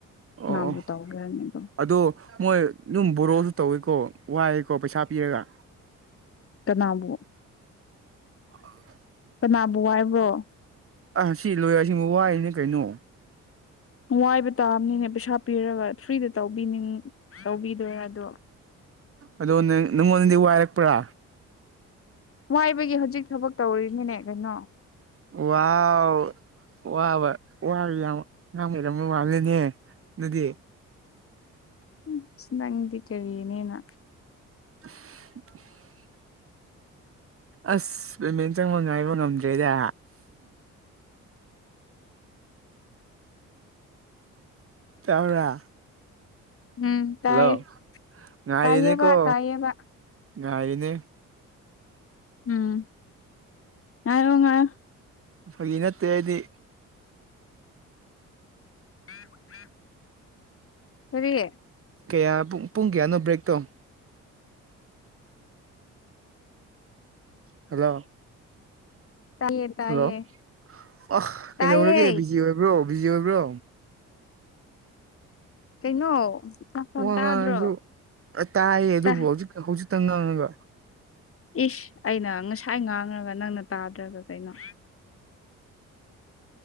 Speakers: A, on the right; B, on the left.
A: ꯑꯣ
B: ꯃꯥꯕꯨ ꯇꯧꯈ꯭ꯔꯅꯤ ꯑꯗꯣ
A: ꯑꯗꯣ ꯃꯣꯏ ꯑꯗꯨꯝ ꯕꯣꯔꯣꯁꯨ ꯇꯧꯏꯤꯀꯣ ꯋꯥꯏꯑꯦꯀꯣ ꯄꯩꯁꯥ ꯄꯤꯔꯒ
B: ꯀꯅꯥꯕꯨ
A: ꯑ
B: ꯀꯅꯥꯕꯨ ꯍꯥꯏꯕ꯭ꯔꯣ
A: ꯑ ꯁꯤ ꯂꯣꯏꯔ ꯑꯁꯤꯕ ꯋꯥꯏꯅꯦ ꯀꯩꯅꯣ
B: ꯋꯥꯏꯕ ꯇꯥꯕꯅꯤꯅꯦ ꯄꯩꯁꯥ ꯄꯤꯔꯒ ꯐ꯭ꯔꯤꯗ ꯇꯧꯕꯤꯅꯤꯡ ꯇꯧꯕꯤꯗꯣꯏꯔ ꯑꯗꯣ
A: ꯑꯗꯣ ꯅꯪꯉꯣꯟꯗꯗꯤ ꯋꯥꯏꯔꯛꯄ꯭ꯔꯥ
B: ꯋꯥꯏꯕꯒꯤ ꯍꯧꯖꯤꯛ ꯊꯕꯛ ꯇꯧꯔꯤꯅꯤꯅꯦ ꯀꯩꯅꯣ
A: ꯋꯥꯎ ꯋꯥꯕ ꯋꯥꯕ ꯌꯥꯝ ꯉꯥꯡ ꯑꯣꯏꯔꯝꯕ ꯋꯥꯅꯅꯦ ꯑꯗꯨꯗꯤ
B: ꯎꯝ ꯅꯪꯗꯤ ꯀꯔꯤ ꯅꯦꯅꯥ
A: <unintelligible> <inaudible> ꯑꯁ ꯄꯦꯃꯦꯟ ꯆꯪꯕ ꯉꯥꯏꯕ ꯉꯝꯗ꯭ꯔꯦꯗ ꯇꯥꯕꯔꯥ
B: ꯎꯝ ꯇꯥꯏꯌꯦ
A: ꯍꯜꯂꯣ ꯉꯥꯥꯏꯔꯤꯅꯦ
B: ꯇꯥꯏꯌꯦꯕ
A: ꯀꯣ
B: ꯇꯥꯏꯌꯦꯕ
A: ꯉꯥꯏꯔꯤꯅꯦ
B: ꯎꯝ ꯉꯥꯏꯌꯣ ꯉꯥꯏꯌꯣ
A: ꯐꯒꯤ ꯅꯠꯇꯦ ꯑꯩꯗꯤ
B: <unintelligible> ꯀꯔꯤ
A: ꯀꯌꯥ ꯄꯨꯡ ꯀꯌꯥꯅꯣ ꯕ꯭ꯔꯦꯛꯇꯣ ꯍꯜꯂꯣ
B: ꯇꯥꯏꯌꯦ ꯇꯥꯏꯌꯦ
A: ꯍꯜꯂꯣ ꯑ ꯀꯩꯗꯧꯔꯒꯦ
B: ꯇꯥꯏꯌꯦ
A: ꯕꯤꯖꯤ ꯑꯣꯏꯕ꯭ꯔꯣ ꯕꯤꯖꯤ ꯑꯣꯏꯕ꯭ꯔꯣ
B: ꯀꯩꯅꯣ ꯅꯈꯣꯟ
A: ꯋꯥ
B: ꯇꯥꯗ꯭ꯔꯣ
A: ꯉꯥꯡꯉꯁꯨ ꯇꯥꯏꯌꯦ ꯑꯗꯨꯕꯨ
B: ꯇꯥ
A: ꯍꯧꯖꯤꯛ ꯍꯧꯖꯤꯛꯇ ꯉꯥꯡꯉꯒ
B: ꯏꯁ ꯑꯩꯅ ꯉꯁꯥꯏ ꯉꯥꯡꯉꯒ ꯅꯪꯅ ꯇꯥꯗ꯭ꯔꯒ ꯀꯩꯅꯣ